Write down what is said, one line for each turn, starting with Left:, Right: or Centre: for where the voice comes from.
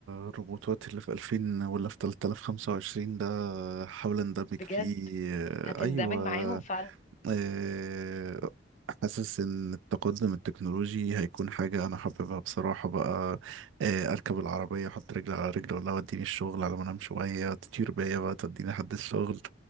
Right: الروبوتات اللي في 2000 ولا في 3025 ده احاول اندمج
Left: بجد
Right: فيه آه،
Left: هتندمج
Right: ايوه
Left: معاهم فعلا
Right: آه، حاسس ان التقدم التكنولوجي هيكون حاجة انا حاببها بصراحة بقى آه، اركب العربية احط رجل على رجل ولا وديني الشغل على ما انام شوية تطير بيا بقى توديني لحد الشغل